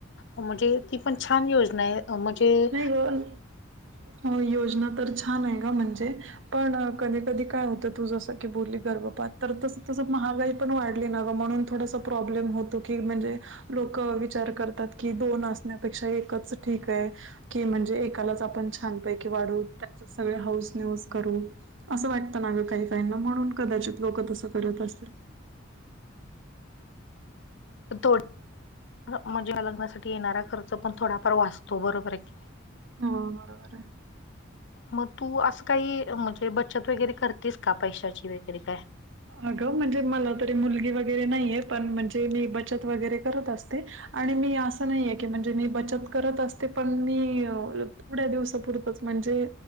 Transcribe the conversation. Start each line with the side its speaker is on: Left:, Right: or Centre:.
Left: म्हणजे ती पण छान योजना म्हणजे
Right: नाही ग योजना तर छान आहे का म्हणजे पण कधी कधी काय होतं तू जस की बोलली गर्भपात तर तस तस महागाई पण वाढली न गं म्हणून थोडासा प्रॉब्लेम होतो की म्हणजे लोक विचार करतात की दोन असण्यापेक्षा एकच ठीक आहे की म्हणजे एकालाच आपण छानपैकी वाढू त्याच सगळे हौस न्यूज करू असं वाटतं ना ग काही काहीना म्हणून कदाचित लोक त असं करत असल
Left: थो म्हणजे या लग्नासाठी येणारा खर्च पण थोडाफार वाचतो बरोबर आहे नाही?
Right: हा बरोबर आहे
Left: मग तू असं काही म्हणजे बचत वगैरे करतेस का पैशाची वगैरे काय
Right: अगं म्हणजे मला तरी मुलगी वगैरे नाहीये पण म्हणजे मी बचत वगैरे करत असते आणि मी असं नाही आहे की म्हणजे मी बचत करत असते पण मी थढ्या दिवसापुरतंच म्हणजे